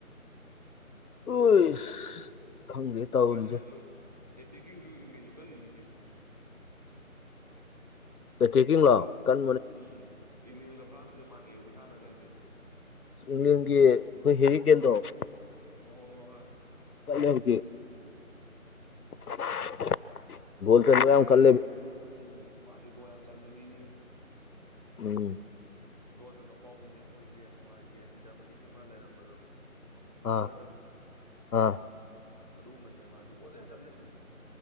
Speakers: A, on the left (about 90°); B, on the right (about 30°).
A: ꯎꯁ ꯈꯪꯗꯦ ꯇꯧꯔꯤꯁꯦ
B: ꯀꯩꯅꯣꯖꯨ ꯑꯦꯇꯦꯛꯀꯤꯡꯖꯨ ꯏꯪꯂꯦꯟꯖꯨ ꯀꯜꯂꯤꯅꯤꯅꯦ
A: <unintelligible>
B: ꯏꯞ
A: ꯀꯟꯕꯅꯦ
B: ꯎꯝ ꯏꯪꯂꯦꯟꯒ ꯐ꯭ꯔꯥꯟꯁꯁꯤꯒ ꯃꯥꯟꯅꯦꯌꯦꯕ ꯈꯨꯁꯥꯟꯅꯖꯦ ꯍꯥꯏꯐꯦꯠ
A: ꯏꯪꯂꯦꯟꯒꯤ ꯑꯩꯈꯣꯏ ꯍꯦꯔꯤꯀꯦꯟꯗꯣꯠ
B: ꯑꯣ ꯍꯣꯏ
A: ꯀꯥꯏꯅꯕꯩ꯫ <inaudible>
B: ꯍꯦꯔꯤꯛ
A: ꯌꯥꯝ ꯀꯜꯂꯦ
B: ꯀꯦꯗꯤꯨ ꯎꯝ ꯃꯥ ꯗꯨꯒꯣ ꯌꯥꯝ ꯆꯪꯕ ꯃꯤꯅꯤ
A: ꯎꯝ
B: ꯒꯣꯜ ꯁꯟꯗ ꯐꯥꯎꯃꯤꯅꯦꯕ ꯑꯩꯈꯣꯏꯒꯤꯥꯏꯒꯤ ꯖꯔꯃꯅꯤꯒꯤ ꯑꯃ ꯂꯩꯔꯝꯕꯗꯣ ꯃꯨꯜꯂꯔꯗꯣ
A: ꯑꯥ ꯑꯥ
B: ꯑꯗꯨꯒꯨꯝꯕꯅꯦ ꯃꯥꯁꯨ ꯒꯣꯠꯂꯦ ꯆꯠꯂꯕꯗꯣ